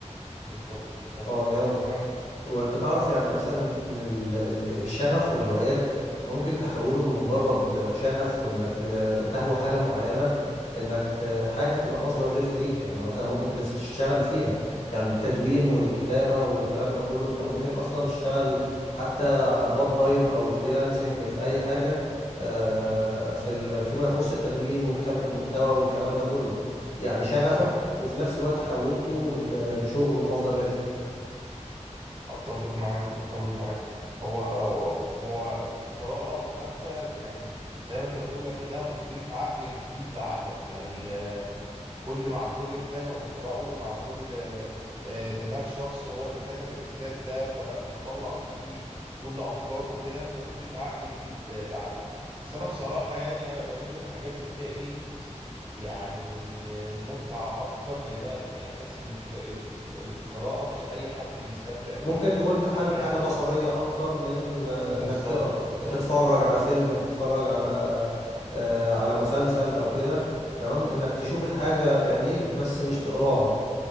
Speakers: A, on the right; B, on the left.
A: بالظبط بالظبط
B: اه
A: أنا أتفق
B: يعني
A: معاك
B: هو انت تعرف يعني مثلا ان ال- ال- الشغف والهوايات ممكن تحوله من مجرد شغف وانك بت- بتهوى حاجة معينة انك ت- حاجة تبقى مصدر رزق ليك يعني مثلا ممكن تس- تشتغل فيها يعني التدوين والكتابة والكلام ده كله انت ممكن اصلا تشتغل حتى بارت تايم او فريلانسنج في اي حاجة آه،
A: مم،
B: في ال- فيما يخص التدوين وكتابة المحتوى والكلام ده كله يعني شغفك
A: صح
B: وفي نفس الوقت حولته ل- لشغل ومصدر رزق
A: اتفق معاك اتفق معاك هو هو هو قراءة حتى يعني زي ما انت بتقول لكنها بتضيف عقل جديد لعقلك يعني آه، كل مع كل كتاب هتقرأه مع كل آه، آه، دماغ شخص هو اللي كتب الكتاب ده فده فطلع فيه كل افكاره وكده انت بتضيف عقل جديد آه، لعقلك بس انا بصراحة يعني انا بميل للحاجات اللي فيها ايه يعني متعة أكتر لأن أنا يعني بحس إن الكتا- ال- القراءة مش أي حد بيستمتع بيها
B: ممكن تكون انت حابب
A: لكن هي-
B: حاجة بصرية اكتر من آه،
A: بالظبط
B: انك تقرا
A: بالظبط
B: تتفرج على فيلم تتفرج على آه، على مسلسل او كده تمام انك تشوف الحاجة بعينيك بس مش تقراها